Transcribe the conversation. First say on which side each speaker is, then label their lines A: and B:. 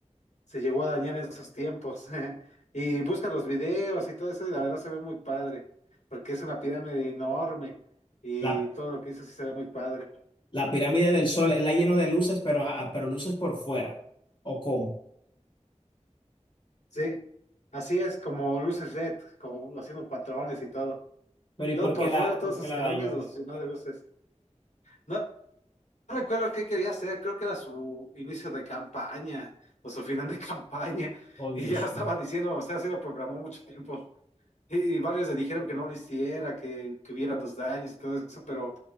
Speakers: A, on the left; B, on the left.
A: se llegó a dañar en esos tiempos. <laughs> Y busca los videos y todo eso y la verdad se ve muy padre, porque es una pirámide enorme y
B: La,
A: todo lo que hizo sí se ve muy padre.
B: la pirámide del sol, él la llenó de luces, pero, ah, pero luces por fuera, ¿o cómo?
A: Sí, así es como luces LED, como haciendo patrones y todo.
B: Pero ¿y
A: Todo
B: por
A: por
B: qué la,
A: fuera, todos
B: por
A: esos
B: qué
A: escalones
B: la dañó?
A: los llenó de luces. No recuerdo qué quería hacer, creo que era su inicio de campaña o su final de <laughs> campaña.
B: Oh, Dios
A: Y ya lo estaba
B: mío.
A: diciendo, o sea, sí lo programó mucho tiempo. Y, y varios le dijeron que no lo hiciera, que, que hubiera los daños y todo eso, pero